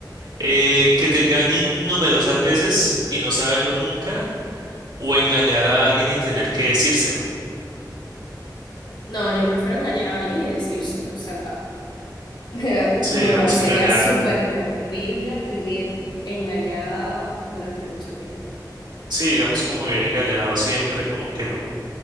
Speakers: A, on the right; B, on the left.
A: Eh, ¿que te engañen numerosas veces y no saberlo nunca? ¿O engañar a alguien y tener que decírselo?
B: No, yo prefiero engañar a alguien y decírselo, o sea. <laughs>
A: Sí,
B: Me
A: digamos
B: parecería
A: engañar.
B: súper terrible vivir engañada durante mucho tiempo.
A: Sí, digamos como vivir engañado siempre, como que no.